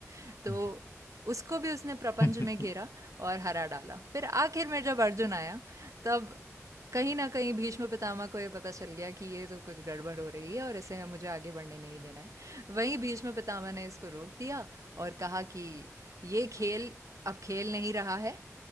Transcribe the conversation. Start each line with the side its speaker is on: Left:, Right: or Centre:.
Right: <laughs> तो
Left: हम्म,
Right: उसको भी उसने प्रपंच
Left: हम्म,
Right: में घेरा
Left: हम्म,
Right: और हरा डाला फिर आखिर में जब अर्जुन आया तब कहीं ना कहीं भीष्म पितामह को ये पता चल गया कि ये तो कुछ गड़बड़ हो रही है और इसे मुझे आगे बढ़ने नहीं देना है वहीं भीष्म पितामह ने इसको रोक दिया और कहा कि ये खेल अब खेल नहीं रहा है